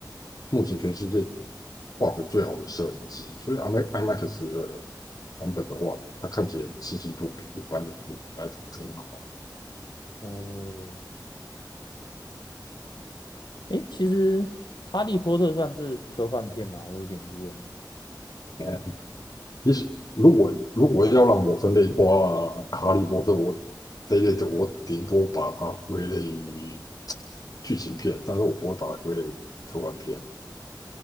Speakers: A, on the left (about 55°); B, on the left (about 75°).
A: 目前全世界画质最好的摄影机，所以 IMA- x 的版本的话，它看起来清晰度比一般的电影来得更好。
B: 哦，诶，其实《哈利波特》算是科幻片嘛，我有点疑问。
A: 嗯，其实如果如果要让我分类的话，哈利波特我这一类的，我顶多把它归类于。剧情片，但是我不会把它归类为科幻片。